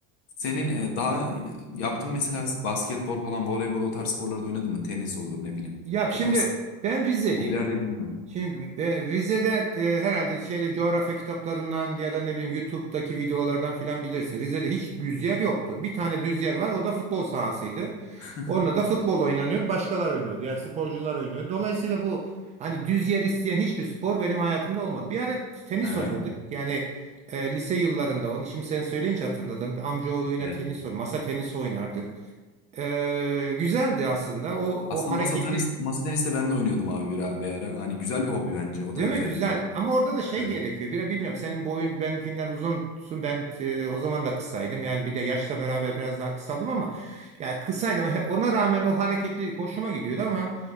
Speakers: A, on the left; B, on the right.
A: Senin e, daha yaptığın mesela basketbol falan, voleybol o tarz sporlarda oynadın mı? Tenis olur ne bileyim.
B: Ya şimdi
A: O tarz
B: ben Rizeliyim.
A: hobiler dedin mi?
B: Şimdi e, Rize'de e, herhalde şeyde coğrafya kitaplarından ya da ne bileyim YouTube'daki videolardan filan bilirsin. Rize'de hiç düz yer yoktur. Bir tane düz yer var. O da futbol sahasıydı.
A: <laughs>
B: Onunla da futbol oynanıyordu. Başkalar oynuyordu. Yani sporcular oynuyordu. Dolayısıyla bu hani düz yer isteyen hiçbir spor benim hayatımda olmadı. Bir ara tenis
A: Ha,
B: oynadık. Yani e, lise yıllarında onu şimdi sen söyleyince hatırladım. Amcaoğluyla
A: evet.
B: tenis oyn, masa tenisi oynardık. E, güzeldi aslında. O
A: Aslında
B: o hareketli
A: masa tenis, masa tenis de ben de oynuyordum abi bir ara, bir ara. Hani güzel bir hobi bence. O
B: Değil
A: da güzel
B: mi? Güzel.
A: edin.
B: Ama orada da şey
A: Evet.
B: gerekiyor. Biraz bilmiyorum. Senin boyun benimkinden uzunsun. Ben e, o zaman da kısaydım. Yani bir de yaşla beraber biraz daha kısaldım ama yani kısaydım. He- Ona rağmen o hareketlilik hoşuma gidiyordu ama